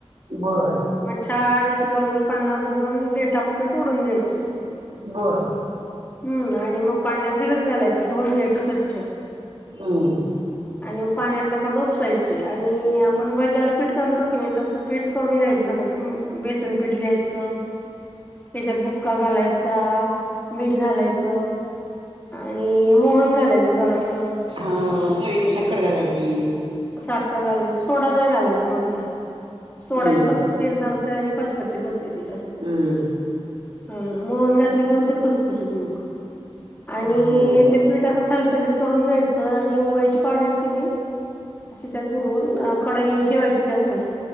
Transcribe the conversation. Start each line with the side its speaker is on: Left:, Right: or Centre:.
Right: बर
Left: मग छान अशी गोल गोल पान बघून देठापासून तोडून घ्यायची.
Right: बर
Left: हम्म आणि मग पाण्यात भिजत घालायची. ती धुऊन घ्यायची स्वच्छ.
Right: हम्म
Left: आणि पाण्याना परत उपसायची आणि आपण भजाला पीठ करतो की नाही. तस पीठ करून घ्यायच सगळ बेसन पीठ घ्यायच. त्याच्यात बुक्का घालायचा मीठ घालायच. आणि मोहन घालायच जरास.
Right: हा चवीनुसार साखर घालायची.
Left: साखर घालायची सोडा नाही घालायचा मात्र सोड्यानी
Right: हम्म
Left: कस तेल धरतय आणि पचपचीत होतय ते जास्त.
Right: हम्म
Left: हम्म मोहन घातलं की मग ते खुसखुशत मग आणि
Right: बर
Left: ते पीठ असं थलथलीत करून घ्यायच आणि ओव्याची पाणी आहेत की नाही. अशी त्यात बुडवून कढई ठेवायची गॅसवर.